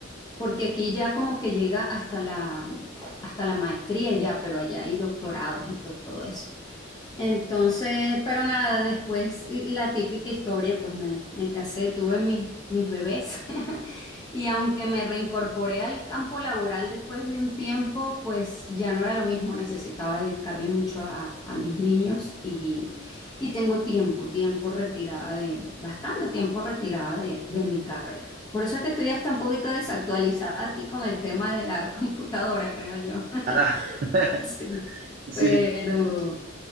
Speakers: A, on the left; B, on the right.
A: porque aquí ya como que llega hasta la, hasta la maestría ya, pero allá hay doctorados y todo eso. Entonces, pero nada, después y- la típica historia, pues me, me casé, tuve mis, mis bebés <laughs> y aunque me reincorporé al campo laboral después de un tiempo, pues ya no era lo mismo, necesitaba dedicarle mucho a, a mis niños y, y tengo tiempo, tiempo retirada de, bastante tiempo retirada de, de mi carrera. Por eso es que estoy hasta un poquito desactualizada aquí con el tema de la <laughs> computadora, creo yo. <laughs>
B: ah, <laughs>
A: Sí,
B: sí,
A: pero...